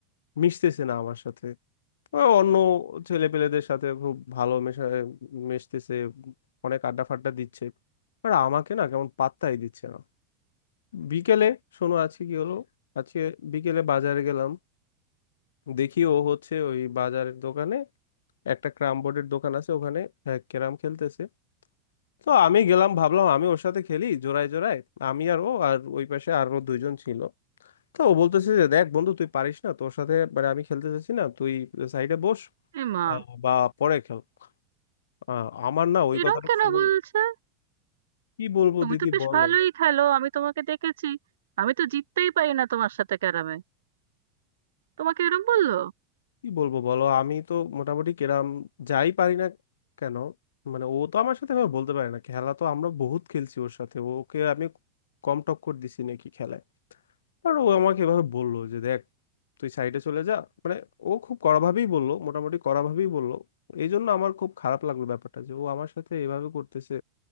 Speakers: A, on the left; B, on the right.
A: মিশতেছে না আমার সাথে ও অন্য ছেলে পেলেদের সাথে খুব ভালো মেশা মিশতেছে অনেক আড্ডা ফাড্ডা দিচ্ছে আর আমাকে না কেমন পাত্তাই দিচ্ছে না বিকেলে শোনো আজকে কি হলো আজকে বিকেলে বাজারে গেলাম দেখি ও হচ্ছে ওই বাজারের দোকানে একটা ক্যারাম বোর্ডের দোকান আছে ওখানে হ্যাঁ, ক্যারাম খেলতেছে তো আমি গেলাম ভাবলাম আমি ওর সাথে খেলি জোড়ায় জোড়ায় আমি আর ও আর ওই পাশে আরো দুইজন ছিল তো ও বলতেছে যে দেখ বন্ধু তুই পারিস না তোর সাথে মানে আমি খেলতে চাচ্ছি না তুই সাইডে বস
B: এমা
A: আহ, বা পরে খেল আহ, আমার না ওই
B: এরম
A: কথাটা
B: কেন
A: শুনুন
B: বলছে
A: কি বলবো
B: তুমি
A: দিদি
B: তো বেশ
A: বলো
B: ভালোই খেলো আমি তোমাকে দেখেছি আমি তো জিততেই পারি না তোমার সাথে ক্যারামে তোমাকে এরম বললো
A: কি বলবো বলো আমি তো মোটামুটি কেরাম যাই পারি না কেন মানে ও তো আমার সাথে এভাবে বলতে পারে না খেলা তো আমরা বহুত খেলছি ওর সাথে ওকে আমি কম টক্কর দিছি নাকি খেলায় আর ও আমাকে এভাবে বললো যে দেখ তুই সাইডে চলে যা মানে ও খুব কড়াভাবেই বললো মোটামুটি কড়াভাবেই বললো এই জন্য আমার খুব খারাপ লাগলো ব্যাপারটা যে ও আমার সাথে এভাবে করতেছে